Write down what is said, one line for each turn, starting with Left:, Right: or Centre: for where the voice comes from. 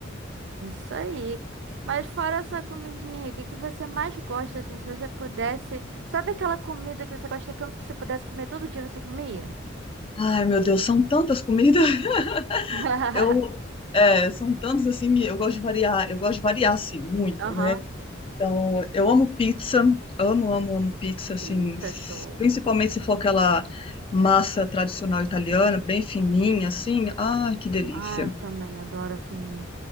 Right: Isso aí. Mas fora essa comidinha, o que que você mais gosta, assim, se você pudesse... Sabe aquela comida que você gosta tanto que você pudesse comer todo dia, você comia?
Left: Ai, meu Deus, são tantas comidas. <laughs>
Right: <laughs>
Left: Eu, é, são tantas assim, me- eu gosto de variar, eu gosto de variar assim muito,
Right: Aham.
Left: né? Então, eu amo pizza, amo, amo, amo pizza, assim,
Right: Pizza,
Left: s-
Right: show.
Left: principalmente se for aquela massa tradicional italiana, bem fininha, assim. Ai, que delícia.
Right: Ai, também adoro a fininha.